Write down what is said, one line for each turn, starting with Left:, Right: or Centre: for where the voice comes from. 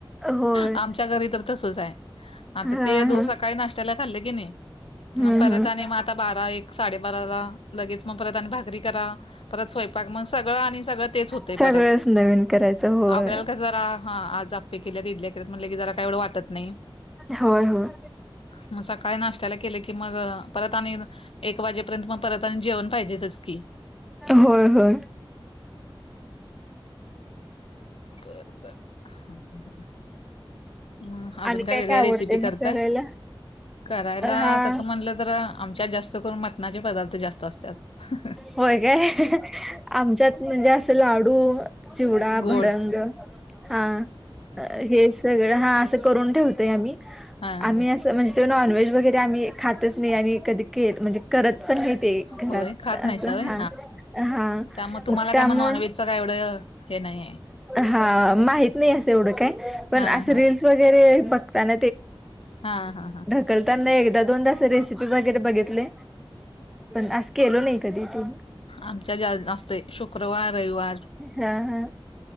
Centre: होय
Left: आमच्या घरी तर तसच हाय. आता
Centre: हा
Left: ते
Centre: हा
Left: जो सकाळी नाश्त्याला खाल्ले क नी,
Centre: हम्म
Left: परत
Centre: हम्म
Left: आणि मग आता बारा एक साडेबाराला लगेच मग परत आणि भाकरी करा, परत स्वयंपाक मग सगळं आणि सगळं तेच होतंय
Centre: सगळंच
Left: परत.
Centre: नवीन करायचं. होय.
Left: आपल्याला कस जरा हा आज आप्पे केल्यात, इडल्या केल्यात म्हटलं की, जरा काय एवढं वाटत नाही.
Centre: होय- होय.
Left: मग सकाळी नाष्ट्याला केले की मग, परत आणि एक वाजेपर्यंत मग परत आणि जेवण पाहिजेतच की
Centre: होय- होय.
Left: बर- बर. <unintelligible> म अजून
Centre: आणि
Left: काय वेगळ्या
Centre: आवडते
Left: रेसिपी
Centre: मग
Left: करताय?
Centre: करायला?
Left: करायला
Centre: हा.
Left: तसं म्हणलं तर, आमच्यात जास्त करून मटणाचे पदार्थ जास्त असत्यात. <unintelligible>
Centre: होय काय? <unintelligible> आमच्यात म्हणजे असं लाडू, चिवडा,
Left: गोड
Centre: भडंग हा हे सगळं हा असं करून ठेवतोय, आम्ही
Left: हा
Centre: आम्ही
Left: हा
Centre: असं म्हणजे नॉनव्हेज वगैरे आम्ही खातच नाही आणि कधी केल म्हणजे करत पण नाही ते घरात
Left: होय
Centre: असं
Left: खात नाहीसा होय
Centre: हा हा
Left: त्यामुळे तुम्हाला
Centre: मग त्यामुळ
Left: काय नॉनव्हेजचं काय एवढं हे नाही आहे
Centre: हा माहीत नाही असं एवढं काय? पण
Left: हा
Centre: असं
Left: हा
Centre: री वर ब म्हण.
Left: हा हा हा
Centre: कलताना एकदा दोनदाास रेसिपी वगैरे बघितले पण अस केलो नाही कधी तुम्ही.
Left: आमच्या जा असते शुक्रवार-रविवार.
Centre: हा हा.